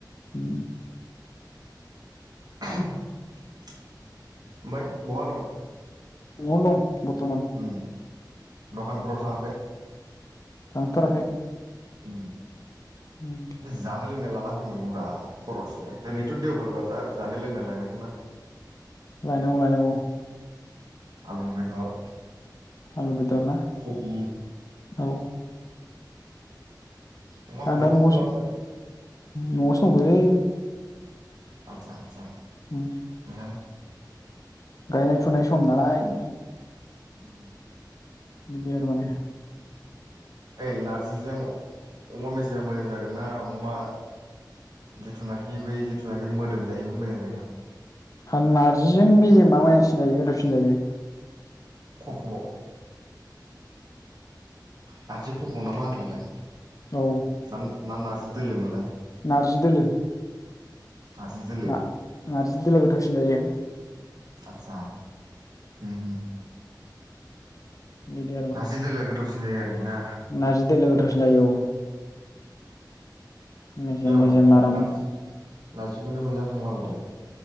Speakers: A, on the left (about 50°); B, on the right (about 55°).
A: उ
B: ओमफाय बहा दं?
A: न' आवनो दं बर्थमान
B: ओम। दखानफोराव थाङाखै?
A: थांथाराखै।
B: उम।
A: होम।
B: जानाय लोंनाय लाना फैनांगौ बा खरसनो। दिनैथ' देवबार बाजार जानाय लोंनाय लायनांगौना।
A: लायनांगौ लायनांगौ।
B: आलु बेदर।
A: आलु बेदर ना?
B: कबि
A: औ।
B: अमा बेदरखौबो
A: आं दा न'आवसो
B: लाबोफादो
A: न'आवसो दंफैओलै।
B: आतसा आतसा।
A: होम
B: थिगानो
A: गायनाय फुनाय सम नालाय।
B: <unintelligible>
A: बिदि आरो माने।
B: ओइ नारजिजों अमा मेजेमा मोजां जागोन ना? अमा जिथुनाखि बै जिथुनाखि मोदोम थायो बे मोजां जागोन।
A: आरो नारजिजों मेजेमा मोजां सिनजायो गोथावसिन जायो।
B: खफ' नारजि खफ'आव ना मा होनोमोनलाय?
A: औ।
B: हा ना नारसजि दोलोमोनलाय।
A: नारजि दोलो।
B: नारजि दोलो
A: नारजि दोलोआ गोथावसिन जायो।
B: आतसा म
A: बिदि
B: नारजि दोलो गोथावसिन जायो आरोखि ना।
A: नारजि दोलो लोगोथावसिनो जायो औ। मेजेम
B: गैया
A: मेजेम
B: माथो
A: आराम
B: नारजि नारजिखौनो मोनजानो थांला माथो।